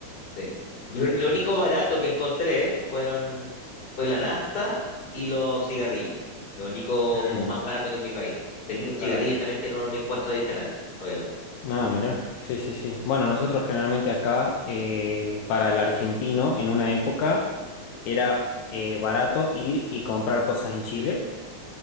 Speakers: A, on the left (about 35°); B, on the left (about 75°).
A: Sí. Lo,
B: Sí,
A: lo
B: sí.
A: único barato que encontré fueron, fue la nafta y los cigarrillos. Lo único
B: Mm,
A: como más barato que en mi país. Aquí los
B: claro.
A: cigarrillos también tienen un impuesto adicional, obviamente.
B: Ah, mirá, sí, sí, sí. Bueno, nosotros generalmente acá, eh, para el argentino, en una época era eh, barato ir y comprar cosas en Chile.